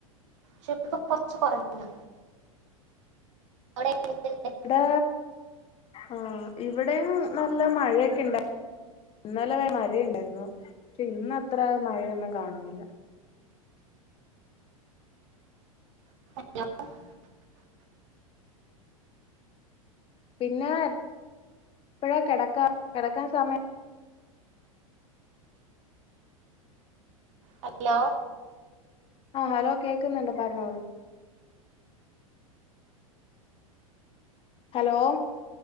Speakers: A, on the right (about 55°); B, on the left (about 30°).
A: പക്ഷെ ഇപ്പം കൊർച്ച് കൊറഞ്ഞ്ണ്. അവിടെ <unintelligible>
B: ടെ ആഹ് ഇവിടെയും നല്ല മഴയൊക്കെ ഇണ്ടാ ഇന്നലെ മഴയ്ണ്ടായിരുന്നു പക്ഷെ ഇന്നത്ര മഴയൊന്നും കാണുന്നില്ല.
A: <unintelligible>
B: പിന്നെ എപ്പഴാ കെടക്കാ? കെടക്കാൻ സമയാ
A: ഹലോ
B: ആഹ് ഹലോ കേക്കുന്നുണ്ട് പറഞ്ഞോളൂ ഹലോ